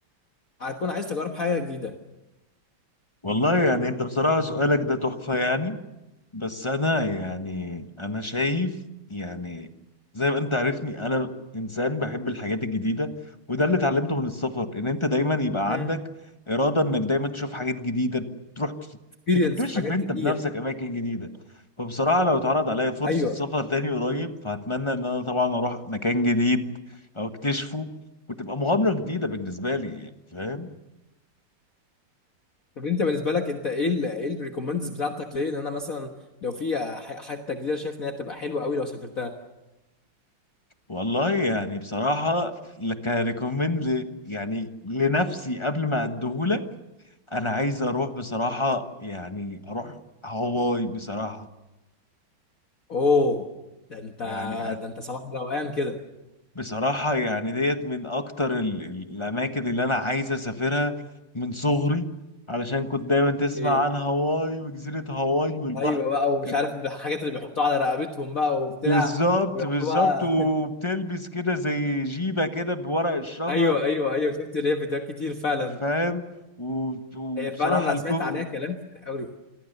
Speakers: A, on the left (about 45°); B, on the left (about 15°).
A: هتكون عايز تجرب حاجه جديده
B: والله يعني انت بصراحه سؤالك ده تحفه يعني بس انا يعني انا شايف يعني زي ما انت عارفني انا انسان بحب الحاجات الجديده وده اللي اتعلمته من السفر ان انت دايما يبقى
A: مم.
B: عندك اراده انك دايما تشوف حاجات جديده تروح تك-
A: اكسبيرينس
B: تكتشف
A: في حاجات
B: انت
A: كتير
B: بنفسك اماكن جديده فبصراحه لو اتعرض عليا فرصه
A: ايوه
B: سفر تاني قريب
A: مم.
B: فهتمنى ان انا طبعا اروح مكان جديد او اكتشفه وتبقى مغامره جديده بالنسبه لي يعني فاهم
A: طب انت بالنسبه لك انت ايه ال ايه الريكومندز بتاعتك ليه ان انا مثلا لو في ح- حته جديده شايف ان هي تبقى حلوه قوي لو سافرتها
B: والله يعني بصراحة كريكومند يعني لنفسي قبل ما اديهولك انا عايز اروح بصراحة يعني اروح هواي بصراحة
A: اوه ده انت
B: يعني أ-
A: ده انت صباح روقان كده
B: بصراحة يعني ديت من اكتر ال- ال- الاماكن اللي انا عايز اسافرها من صغري علشان كنت دايما تسمع
A: ايه
B: عن هواي وجزيرة هواي والبحر
A: ايوه بقى ومش
B: كانت
A: عارف الحاجات اللي بيحطوها على رقبتهم بقى وبتاع
B: بالظبط
A: ويقعدوا
B: بالظبط
A: بقى
B: وبتلبس كده زي جيبة كده بورق الشجر
A: <laughs> ايوه ايوه ايوه شفت ليه فيديوهات كتير فعلا
B: فاهم وب- وبصراحة
A: هي فعلا انا
B: الكو
A: سمعت عليها كلام كتير قوي